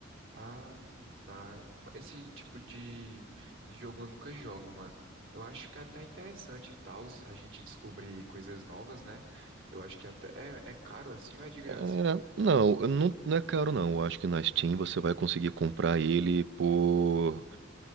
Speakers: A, on the right; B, on the right.
A: ah, tá. Esse tipo de, de jogo eu nunca jogo, mano. Eu acho que é até interessante e tal, a gente descobrir coisas novas, né? Eu acho que até é, é caro assim ou é de graça?
B: É, não, eu não, não é caro não. Eu acho que na Steam você vai conseguir comprar ele por.